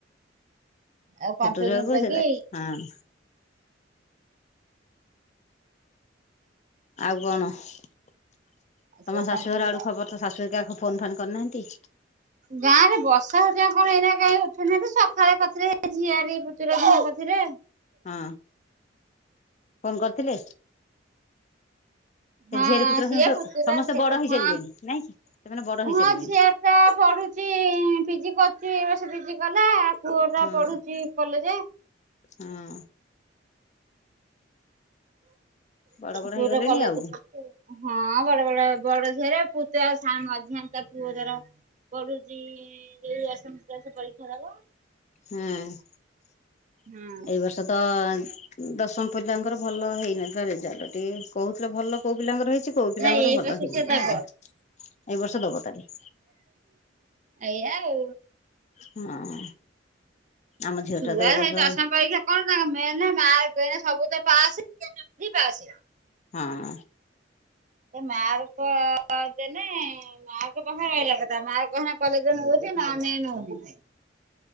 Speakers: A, on the right; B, on the left.
A: ଆଉ କମ୍ପେଇ
B: ଛତୁରେ
A: କୁମ୍ପେଇକି
B: ହବ ସୁର ହଁ। ଆଉ କଣ ତମ
A: ସେ କମ୍ପେଇବ
B: ଶାଶୁଘର ଆଡୁ ଖବର ତ ଶାଶୁ ହରିକା ଖବ ଫୋନ୍ ଫାନ୍ କରିନାହାନ୍ତି?
A: ଗାଁରେ ବର୍ଷା ହରିକା କଣ ଏଇନା କାଇଁ ଉଠୋଉନାହାନ୍ତି ସଖାଳେ କରିଥିଲେ ଝିଆରି ପୁତୁରା ଝିଅ କରଥିଲେ।
B: ହଁ ଫୋନ୍ କରିଥିଲେ? ସେ
A: ହଁ
B: ଝିଆରୀ ପୁତୁରା
A: ସିଏ
B: ସମସ୍ତେ
A: ପୁତୁରା
B: ସମସ୍ତେ
A: ଝିଆରି
B: ବଡ ହେଇସାରିବେଣି
A: ହଁ
B: ନାଇଁ କି ସେମାନେ ବଡ ହେଇସାରିବେଣି
A: ହଁ ଝିଆ ପା ପଢୁଚି ପିଜି କରୁଚି ଏଇବର୍ଷ ପିଜି କଲା। ପୁଅ ପା
B: ହଁ
A: ପଢୁଚି କଲେଜେ।
B: ହଁ। ବଡ ବଡ
A: ପୁଅର
B: ହେଇଗଲେଣି
A: କଲେଜ
B: ଆଉ
A: ପଢୁଚି। ହଁ ବଡ ବଡ ବଡ ଝିଆରି ଆଉ ପୁତୁରା ଆଉ ସା ମଝିଆଣି ତା ପୁଅ ଯାର ପଢୁଚି ଯେ ଦଶମ କ୍ଲାସ ପରୀକ୍ଷା ଦବ।
B: ହୁଁ ଏଇ
A: ହଁ
B: ବର୍ଷ ତ ଉଁ ଦଶମ ପିଲାଙ୍କର ଭଲ ହେଇନଥିଲା ରେଜାଲ୍ଟ ଟିକେ କୋହୁଥିଲେ ଭଲ କୋଉ ପିଲାଙ୍କର ହେଇଚି କୋଉ ପିଲାଙ୍କର
A: ନାଇଁ ଏଇ
B: ଭଲ
A: ବର୍ଷ
B: ହେଇନି
A: ସେ ଦବ
B: ଆଉ ଏଇ ବର୍ଷ ଦବ ତାହାଲେ।
A: ଏଇଆ ଆଉ।
B: ହଁ ଆମ ଝିଅଟା
A: ଛୁଆ
B: ତ ଏଇ
A: ହେଇ
B: ବର୍ଷ
A: ଦଶମ ପରୀକ୍ଷା କଣ ତାଙ୍କ ମେନ ମାର୍କ ଏଇନା ସବୁ ତ ପାସେ <unintelligible> ବି ପାସେ।
B: ହଁ।
A: ଏ ମାର୍କ ଦେନେ ଏ ମାର୍କ ପାଖରେ ରହିଲା କଥା ମାର୍କ ହେନେ କଲେଜ ନେଉଛି ନଏନେ ନୋଉନେଇ।